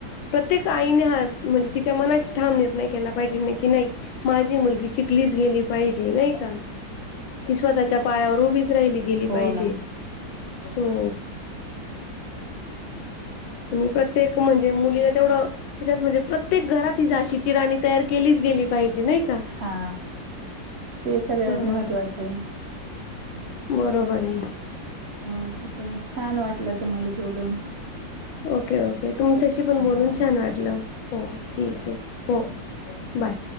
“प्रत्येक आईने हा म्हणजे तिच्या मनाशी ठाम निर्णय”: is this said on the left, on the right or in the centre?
Left